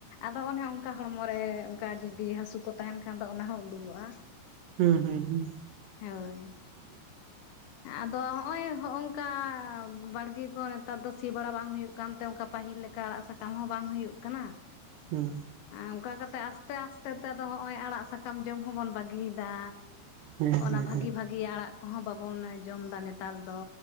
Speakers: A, on the left (about 80°); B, on the right (about 75°).
A: ᱟᱫᱚ ᱚᱱᱮ ᱚᱱᱠᱟ ᱦᱚᱲᱢᱚᱨᱮ ᱚᱱᱠᱟ ᱡᱩᱫᱤ ᱦᱟᱥᱩ ᱠᱚ ᱛᱟᱦᱮᱸᱱ ᱠᱷᱟᱱ ᱫᱚ ᱚᱱᱟ ᱦᱚᱸ ᱩᱰᱩᱠᱚᱜᱼᱟ᱾
B: ᱦᱩᱸ ᱦᱩᱸ ᱦᱩᱸ
A: ᱦᱳᱭ ᱟᱫᱚ ᱦᱚᱜ ᱚᱭ ᱦᱚᱼᱚᱝᱠᱟ ᱵᱟᱲᱜᱮ ᱠᱚ ᱱᱮᱛᱟᱨ ᱫᱚ ᱥᱤ ᱵᱟᱲᱟ ᱵᱟᱝ ᱦᱩᱭᱩᱜ ᱠᱟᱱ ᱛᱮ ᱚᱱᱠᱟ ᱯᱟᱹᱦᱤᱞ ᱞᱮᱠᱟ ᱚᱱᱠᱟ ᱟᱲᱟᱜ ᱥᱟᱠᱟᱢ ᱦᱚᱸ ᱵᱟᱝ ᱦᱩᱭᱩᱜ ᱠᱟᱱᱟ
B: ᱦᱮᱸ
A: ᱚᱱᱠᱟ ᱠᱟᱛᱮᱜ ᱟᱥᱛᱮ ᱟᱥᱛᱮ ᱛᱮᱫᱚ ᱦᱚᱸᱜ ᱚᱭ ᱟᱲᱟᱜ ᱥᱟᱠᱟᱢ ᱡᱚᱢ ᱦᱚᱸᱵᱚᱱ ᱵᱟᱹᱜᱤᱭ ᱫᱟ
B: ᱦᱮᱸ ᱦᱮᱸ
A: ᱚᱱᱟ ᱵᱷᱟᱜᱤ
B: ᱦᱮᱸ
A: ᱵᱷᱟᱜᱤ ᱟᱲᱟᱜ ᱠᱚᱦᱚᱸ ᱵᱟᱵᱚᱱ ᱡᱚᱢ ᱫᱟ ᱱᱮᱛᱟᱨ ᱫᱚ